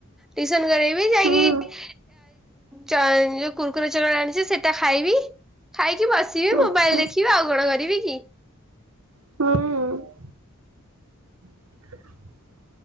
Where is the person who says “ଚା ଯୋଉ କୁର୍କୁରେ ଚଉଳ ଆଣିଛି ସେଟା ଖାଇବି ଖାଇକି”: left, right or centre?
Centre